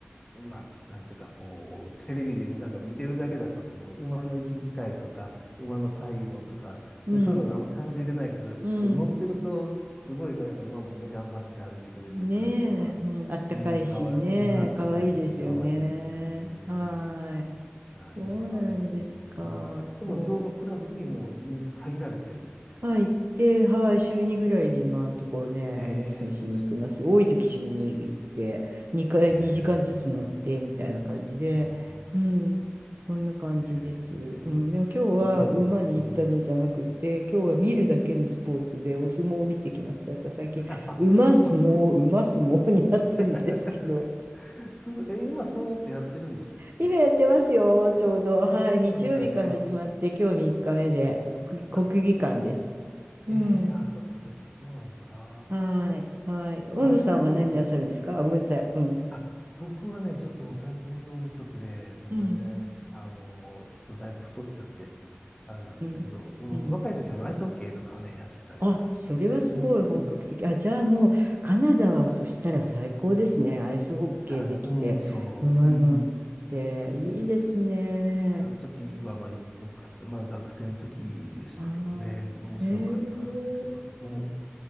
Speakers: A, on the left; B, on the right.
A: まあ、なんていうか、こう、テレビでなんか見てるだけだと、その、馬の息遣いとか、馬の体温とか、
B: うん、
A: ね、そういうのがあんま感じれないけど、
B: うん。
A: こう、乗ってると、すごい、なんか、馬もね、頑張って歩いてくれてる感じとか、
B: ねえ、うん、あったかいしね、
A: うん、可愛いい、うん、あったかいし、
B: かわいいですよね。
A: 可愛いですよね。
B: はーい。
A: いや、
B: そうなんですか。
A: いいな、でも、うん、それも乗馬クラブにもう入、
B: そう。
A: 入られてるんですか
B: はい、行って、はい、
A: ああ、
B: 週2ぐらいで今のところね、
A: ええすご
B: レッスンしに行ってます。多い時週2行って、2回、
A: い。ええす
B: 2時間ずつ乗ってみたいな感じで、
A: ごい。
B: うん、
A: ああ、
B: そんな感じです。
A: ええそれはもう、
B: うん、でも今日は馬に行ったのじゃなくて、
A: うん。
B: 今日は見るだけのスポーツでお相撲を見てきました。だから最近、
A: <laughs> あ、
B: 馬相撲、
A: あ、
B: 馬相撲になってるんですけど、
A: <laughs> すごい。え、今、相撲ってやってるんでしたっけ
B: 今やってますよ、ちょうど。
A: あ、
B: はい、
A: そうなんだ。
B: 日曜日から始まって、
A: あ
B: 今日3日目で、国国技館です。
A: あ、あ、そうなんだ。
B: うん
A: ええあ、そっかそっか、そうなんだ。あ
B: はい。はい。温度さんは何なさるんですかあ、
A: あ、あれもでも、
B: ごめんなさい。うん。
A: あ、僕はね、ちょっともう最近運動不足で、もう全然、
B: うん。
A: あの、ちょっとだいぶ太っちゃって、あれなんですけど、
B: うん。
A: うん、
B: うん。
A: 若い時はあのアイスホッケーとかをね、やってたりとかしたので、
B: あ、それはすごい本格的。
A: うん、
B: あ、じゃあもう、カナダはそしたら最高ですね。アイスホッケーできて、
A: 体、うん、そう、
B: 馬乗って、
A: うん、
B: いいですね。
A: あの時はまあよ、よかった。まあ学生の時でしたけどね、
B: ああえー、
A: 面白かったんですけど、うん、